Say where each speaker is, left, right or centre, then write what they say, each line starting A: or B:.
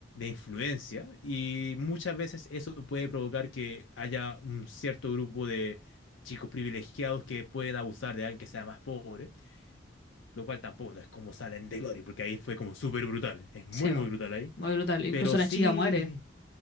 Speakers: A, on the left (about 80°); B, on the left (about 55°).
A: influencia y muchas veces eso puede provocar que haya un cierto grupo de chicos privilegiados que pueden abusar de alguien que sea más pobre, lo cual tampoco no es como salen de gloria, porque ahí fue como súper brutal, es muy
B: Sí, bo.
A: muy brutal ahí,
B: Muy brutal. Incluso
A: pero
B: la
A: sí,
B: chica muere.